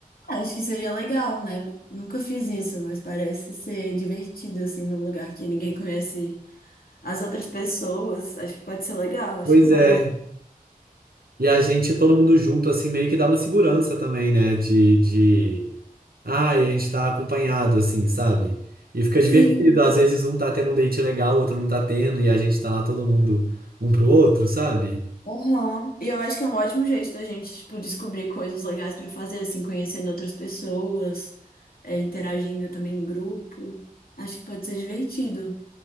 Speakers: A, on the left (about 75°); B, on the right (about 80°).
A: Acho que seria legal, né? Nunca fiz isso, mas parece ser divertido, assim, num lugar que ninguém conhece as outras pessoas. Acho que pode ser legal, acho
B: Pois
A: que é uma
B: é.
A: boa.
B: E a gente, todo mundo junto, assim, meio que dá uma segurança também, né? De, de... Ah, a gente tá acompanhado, assim, sabe? E fica
A: Sim,
B: divertido. Às vezes um tá tendo um date legal, o outro não tá tendo, e a gente tá lá todo mundo um pro outro, sabe?
A: aham. E eu acho que é um ótimo jeito da gente, tipo, descobrir coisas legais pra fazer, assim, conhecendo outras pessoas, é, interagindo também em grupo. Acho que pode ser divertido.